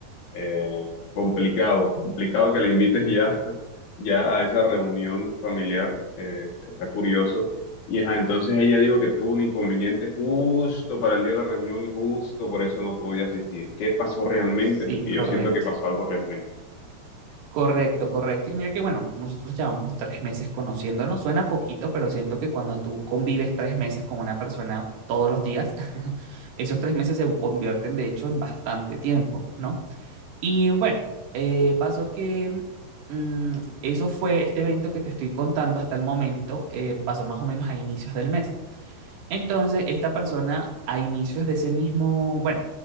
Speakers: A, on the left; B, on the right.
A: Eh, complicado, complicado que le invites ya, ya a esa reunión familiar, eh, está curioso. Y ajá, entonces ella dijo que tuvo un inconveniente justo para el día de la reunión y justo por eso no podía asistir. ¿Qué pasó realmente?
B: Sí,
A: Porque
B: correcto.
A: yo siento que pasó algo realmente.
B: Correcto, correcto. Y mira que bueno, nosotros llevamos tres meses conociéndonos. Suena poquito, pero siento que cuando tú convives tres meses con una persona todos los días, <laughs> esos tres meses se convierten de hecho en bastante tiempo, ¿no? Y bueno, eh, pasó que mm, eso fue este evento que te estoy contando hasta el momento, eh, pasó más o menos a inicios del mes. Entonces, esta persona a inicios de ese mismo, bueno,